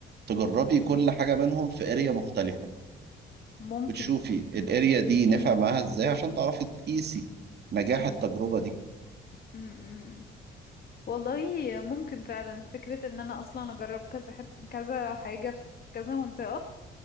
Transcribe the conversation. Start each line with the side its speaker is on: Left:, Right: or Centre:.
Right: تجربي كل حاجه منهم في اريا مختلفه
Left: ممكن
Right: وتشوفي الاريا دي نفع معاها ازاي عشان تعرفي تقيسي نجاح
Left: مم.
Right: التجربه دي
Left: مم. مم. والله ممكن فعلا فكرة ان انا اصلا اجرب كذا حت... كذا حاجة في كذا منطقة